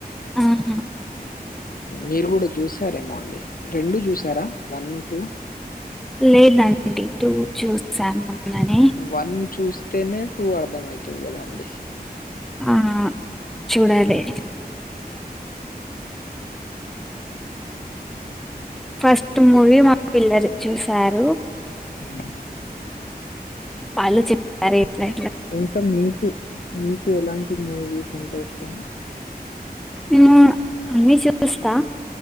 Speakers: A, in the centre; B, on the left.
A: ఆహా
B: మీరు కూడా చూసారేమోండి రెండు చూసారా వన్ టూ
A: లేదండి టూ చూసాము మొన్ననే
B: వన్ చూస్తేనే టూ అర్ధమయితది కదా అండి
A: ఆ చూడలె ఫస్ట్ మూవీ మా పిల్లర్ చూసారు
B: ఉమ్
A: వాళ్ళు చెప్పారు ఇట్లే
B: ఇంకా మీకు మీకు ఎలాంటి మూవీస్ అంటే ఇష్టం
A: నేను అన్నీ చూస్తా